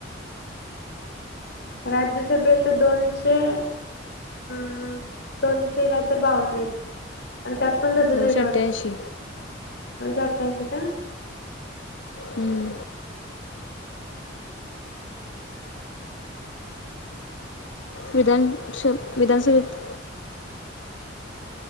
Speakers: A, on the left (about 60°); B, on the left (about 80°).
A: राज्यसभेत तर दोनशे अ दोनशे काय तर बावन्न आण त्यात पण तसेच
B: दोनशे
A: आहेत वाट
B: अठ्ठ्याऐंशी
A: <unintelligible> अठ्याऐंशी का?
B: हूं विधानस विधानसभेत